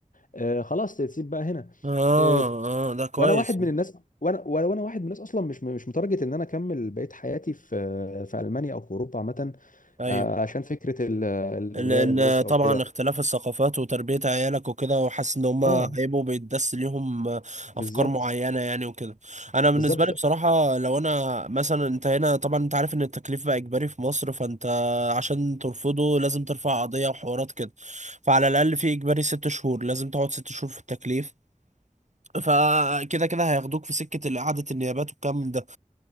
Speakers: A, on the left (about 75°); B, on the right (about 60°).
A: آه خلاص تسيب بقى هنا
B: اه
A: آه
B: اه ده كويس
A: وانا واحد من الناس وانا وانا وأنا واحد من الناس اصلا مش مش متارجت ان انا اكمل بقيه حياتي في في المانيا او في اوروبا عامه
B: ايوه
A: آه عشان فكره ال- الولاد
B: لان
A: والاسره
B: طبعا
A: وكده
B: اختلاف الثقافات وتربية عيالك وكده وحاسس ان هما
A: اه
B: هيبقوا بيتدس ليهم
A: بالظبط
B: افكار معينة يعني وكده انا بالنسبة
A: بالظبط
B: لي بصراحة لو انا مثلا انت هنا طبعا انت عارف ان التكليف بقى اجباري في مصر فانت عشان ترفضه لازم ترفع قضية وحوارات كده فعلى الاقل في اجباري ست شهور لازم تقعد ست شهور في التكليف فكده كده هياخدوك في سكة إعادة النيابات والكلام من ده